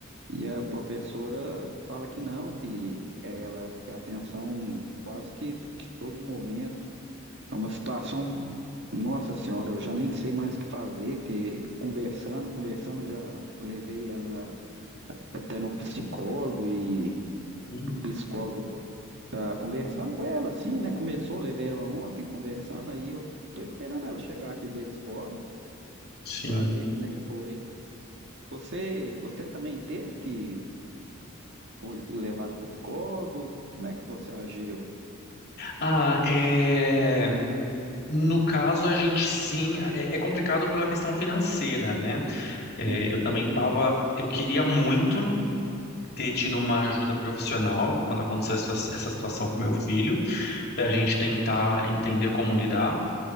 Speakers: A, on the right; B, on the left.
A: E a professora fala que não, que é, ela quer atenção quase que, que todo momento. É uma situação, nossa senhora, eu já nem sei mais o que fazer, que conversando, conversando, eu já levei ela até no psicólogo e
B: uhum,
A: o psicólogo tá conversando com ela, assim, né? Começou, levei ela ontem conversando, aí eu tô esperando ela chegar aqui da escola
B: Sim.
A: para ver como é que foi. Você, você também teve que co- levar no psicólogo? Como é que você agiu?
B: Ah, é, no caso, a gente sim. É, é complicado pela questão financeira, né? É,
A: Uhum.
B: eu também estava. Eu queria muito ter tido uma ajuda profissional quando aconteceu essa, essa situação com meu filho, para a gente tentar entender como lidar.